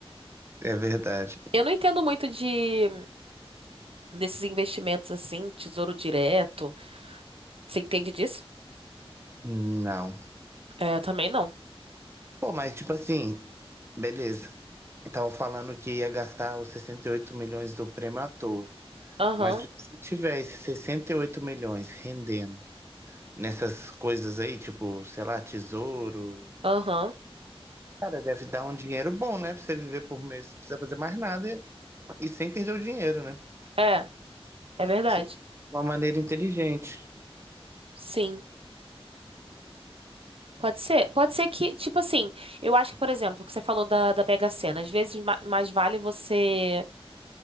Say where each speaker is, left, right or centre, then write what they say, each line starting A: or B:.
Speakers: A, on the right; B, on the right.
A: é verdade.
B: Eu não entendo muito de desses investimentos assim, tesouro direto. Você entende disso?
A: Não.
B: É, também não.
A: Pô, mas tipo assim, beleza. Eu Tava falando que ia gastar os 68 milhões do prêmio à toa.
B: Aham,
A: Mas se você tiver esses 68 milhões rendendo nessas coisas aí, tipo, sei lá, tesouro.
B: aham.
A: Cara, deve dar um dinheiro bom, né? Pra você viver por mês. Não precisa fazer mais nada. E sem perder o dinheiro, né?
B: É, é verdade.
A: Sim. De uma maneira inteligente.
B: Sim. Pode ser, pode ser que, tipo assim, eu acho que, por exemplo, o que você falou da, da Mega Sena, às vezes ma- mais vale você